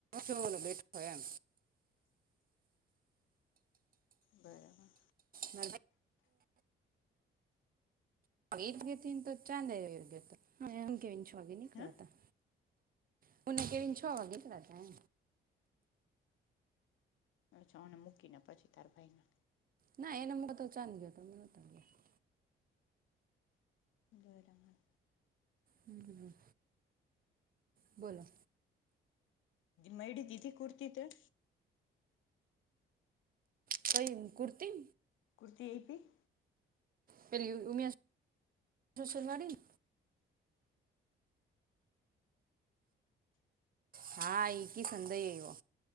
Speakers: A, on the right; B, on the left.
A: પેલો બેઠો એમ
B: બરાબર.
A: ન ભાઈ. એ ગને તો ચાંદ ગતો એમ કે છ વાગી નીકળતા.
B: હા
A: બોને કેમ છો વાગે ત્ર હતા.
B: અચ્છાને મૂકીને પછી તારા ભાઈને.
A: ના એનો મ તો ચાંદ ગયો તમે નોતા ગયા.
B: બરાબર.
A: હમ બોલો.
B: મૈડડી જીધદી કુર્તી તો.
A: કઈ કુર્તી.
B: કુર્તી એપી.
A: પે ઉમિયાોવાડી. હા એકી સંદય એવ્યો